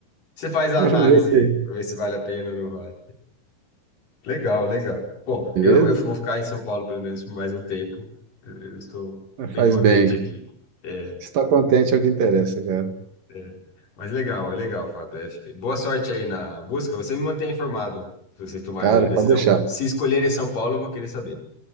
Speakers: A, on the left; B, on the right.
A: Você faz a
B: Fazer
A: análise
B: o É,
A: para ver se vale a pena ou não vale. Legal, legal. Bom,
B: beleza?
A: eu, eu vou ficar em São Paulo pelo menos por mais um tempo. Eu eu estou bem
B: Faz
A: contente
B: bem.
A: aqui. É,
B: Estar contente é o que interessa, cara.
A: É. Mas legal, é legal, Fábio. É, boa sorte aí na busca. Você me mantém informado se vocês tomarem
B: Cara,
A: alguma decisão.
B: pode deixar.
A: Se escolherem São Paulo, eu vou querer saber.